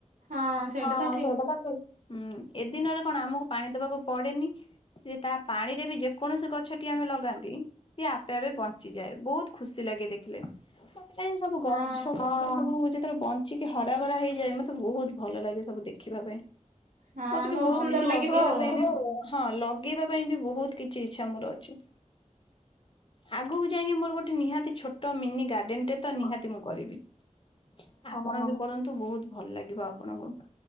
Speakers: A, on the right (about 85°); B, on the left (about 45°).
A: ହଁ ସେଇଟା
B: ହଁ
A: ତ ଠିକ।
B: ସେଇ <unintelligible> ହୁଁ ଏ ଦିନରେ କଣ ଆମକୁ ପାଣି ଦବାକୁ ପଡେନି ସିଏ ତା ପାଣିରେ ବି ଯେକୌଣସି ଗଛ <unintelligible> ଲଗାନ୍ତି ସିଏ ଆପେ ଆପେ ବଞ୍ଚିଯାଏ ବହୁତ ଖୁସି ଲାଗେ ଦେଖ <unintelligible>
A: ହଁ
B: ଚିକି ହରାଭରା ହେଇଯାଏ ମତେ ବହୁତ ଭଲ ଲାଗେ ସବୁ ଦେଖିବା ପାଇଁ।
A: ହଁ
B: ମତେ ବି ବହୁତ
A: ସୁନ୍ଦର
B: କିଛି
A: ଲାଗିବ
B: ଲଗେଇବା
A: ଆଉ ହଁ।
B: ପାଇଁ ବି ହଁ ଲଗେଇବା ପାଇଁ ବି ବହୁତ କିଛି ଇଚ୍ଛା ମୋର ଅଛି। ଆଗକୁ ଯାଇକି ମୋର ଗୋଟେ ନିହାତି ଛୋଟ ମିନି ଗାର୍ଡେନ ରେ ତ ନିହାତି ମୁଁ କରିବି। <unintelligible> ବି କରନ୍ତୁ ବହୁତ ଭଲ ଲାଗିବ ଆପଣଙ୍କୁ।